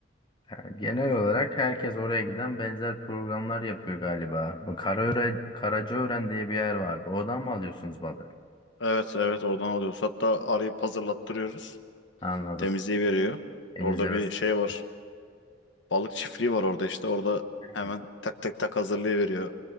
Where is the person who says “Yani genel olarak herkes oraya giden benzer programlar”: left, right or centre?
Left